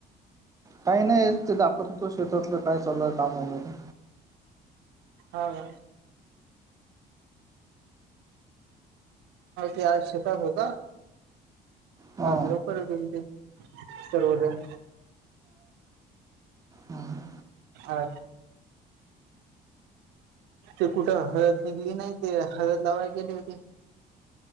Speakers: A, on the right; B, on the right.
A: काही नाही ते दाखवत होतो शेतातलं काय चालय काम वगैरे.
B: हा का. ते आज शेतात होता.
A: हा
B: आज लवकरच येल ते सर्वजन.
A: हम्म.
B: आळ. ते कुठं हळद निघली नाही ते हळद लावाय गेले होते ते.